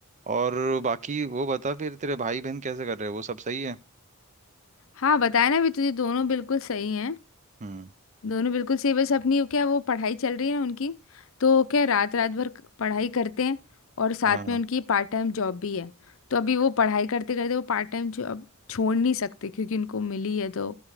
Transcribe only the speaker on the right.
और बाकी वो बता फिर तेरे भाई बहन कैसे कर रहे हैं वो सब सही है
हम्म
हाँ